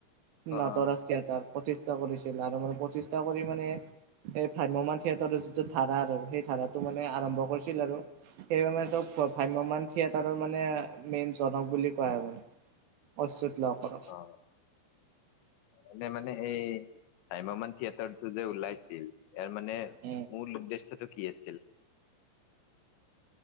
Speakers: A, on the left (about 80°); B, on the right (about 65°).
A: অ
B: নটৰাজ
A: অ
B: থিয়াতাৰ প্ৰতিষ্ঠা কৰিছিল আৰু মানে প্ৰতিষ্ঠা কৰি মানে এই ভাম্যমান থিয়েটাৰৰ যিটো ধাৰা আৰু সেই ধাৰাটো মানে আৰম্ভ কৰিছিল আৰু। সেই মানে ত ভ্ৰাম্যমান থিয়েটাৰৰ মানে মেইন জনক বুলি কোৱা হয় মানে। ঐশত লহকৰক।
A: অ এনে মানে এই ভাম্যমান থিয়েটাৰটো যে ওলাইছিল ইয়াৰ মানে
B: উ।
A: মূল্য উদ্দেশ্য কি আছিল?